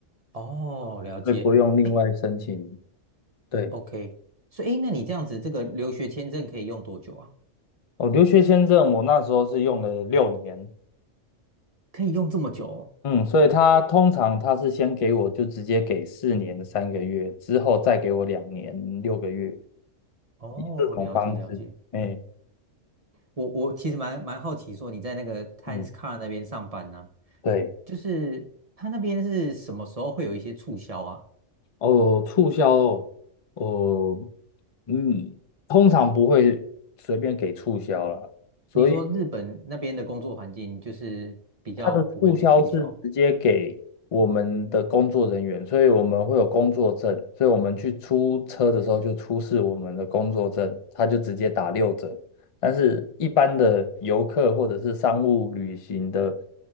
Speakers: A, on the right; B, on the left.
A: 哦，了解，
B: 所以不用另外申请。
A: 哎
B: 对，
A: ，OK，所以哎，诶那你这样子这个留学签证可以用多久啊？
B: 哦，留学签证我那时候是用了六年，
A: 可以用这么久哦？
B: 嗯，所以他通常他是先给我就直接给四年三个月，之后再给我两年六个月，
A: 哦，
B: 以这种方式。
A: 了解了解。
B: 哎，
A: 我我其实蛮蛮好奇，说你在那个 Times
B: 嗯，
A: Car 那边上班呢、
B: 对，
A: 就是他那边是什么时候会有一些促销啊？
B: 哦，促销哦，哦，嗯，通常不会随便给促销啦，所以
A: 你说日本那边的工作环境就是比较不会给促销
B: 它的促销是直接给我们的工作人员，所以我们会有工作证，所以我们去出车的时候就出示我们的工作证，它就直接打六折。但是一般的游客或者是商务旅行的，